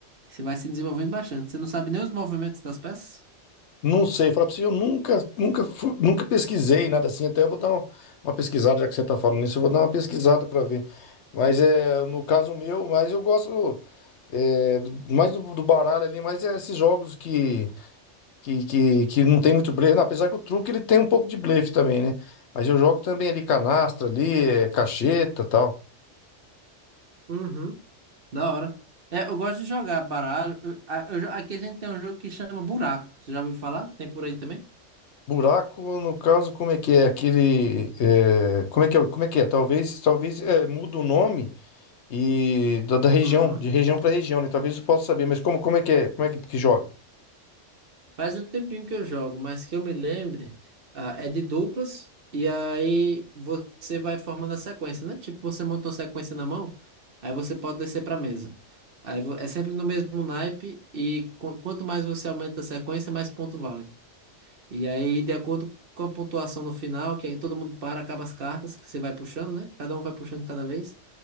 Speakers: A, on the right; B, on the left.
A: você vai se desenvolvendo bastante. Você não sabe nem os movimentos das peças?
B: Não sei, falar pra você, eu nunca, nunca, fu- nunca pesquisei nada assim, até eu vou dar um- uma pesquisada, já que você tá falando nisso. eu vou dar uma pesquisada pra ver. Mas é, no caso meu, mas eu gosto. É, do- mais do, do baralho ali, mas é esses jogos que, que, que, que não tem muito blefe. Não, apesar que o truque ele tem um pouco de blefe também, né? Mas eu jogo também ali canastra, ali, é, cacheta tal.
A: Uhum. Da hora. É, eu gosto de jogar baralho. Eu- a- eu jo- aqui a gente tem um jogo que chama Buraco. Você já ouviu falar? Tem por aí também?
B: Buraco, no caso, como é que é? Aquele. é, como é que é? Como é que é? Talvez, talvez é, muda o nome e da, da região,
A: Aham.
B: de região para região, né? Talvez eu possa saber, mas como, como é que é? Como é que, que joga?
A: Faz um tempinho que eu jogo, mas que eu me lembre, ah, é de duplas, e aí você vai formando a sequência, né? Tipo, você montou a sequência na mão, aí você pode descer para mesa. Aí vo- é sempre no mesmo naipe, e qu- quanto mais você aumenta a sequência, mais ponto vale. E aí, de acordo com a pontuação no final, que aí todo mundo para, acaba as cartas, que você vai puxando, né? Cada um vai puxando cada vez.